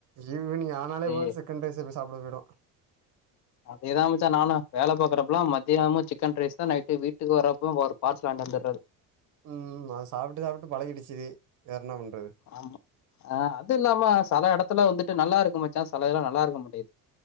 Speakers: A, on the right; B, on the left.
A: ஈவினிங் ஆனாலே
B: ஏ
A: போது சிக்கன் ரைஸ் எப்டி சாப்பட போயிடு
B: அதேதா மச்சா நானு வேல பாக்குறப்பலா மதியானம் சிக்கன் ரைஸ் தா நைட்டு வீட்டு வரப்ப பார்சல் வாங்கிட்டு வந்தறது
A: ம் அது சாப்ட்டு சாப்ட்டு பழகிடிச்சி வேற என்ன பண்றது
B: ஆமா ஆ அது இல்லாம செல இடத்துல வந்துட்டு நல்லா இருக்க மாச்சான் செல இதெல்லா நல்லா இருக்க மாட்டேது